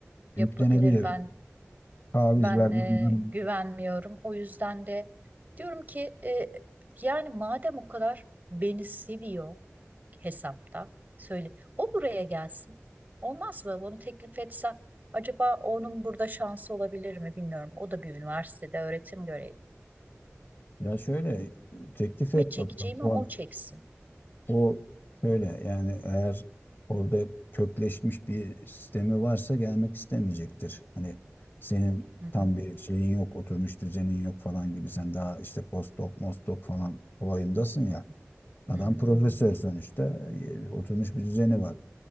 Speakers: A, on the left; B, on the right.
A: yüklenebilir
B: Yapabilir ben
A: taviz
B: ben
A: ver
B: e,
A: bilmem
B: güvenmiyorum. O yüzden de diyorum ki e, yani madem o kadar beni seviyor hesapta. Söyle. O buraya gelsin. Olmaz mı? Bunu teklif etsem acaba onun burada şansı olabilir mi bilmiyorum. O da bir üniversitede öğretim görevi.
A: Ya şöyle teklif et
B: Ve çekeceğimi
A: bakalım. O
B: o çeksin.
A: O şöyle yani eğer orada kökleşmiş bir sistemi varsa gelmek istemeyecektir. Hani senin
B: Hı
A: tam
B: hı,
A: bir şeyin yok, oturmuş düzenin yok falan gibi sen daha işte postdoc, mostdoc falan olayındasın
B: hı
A: ya.
B: hı,
A: Adam
B: hı.
A: profesör sonuçta e, oturmuş bir düzeni var.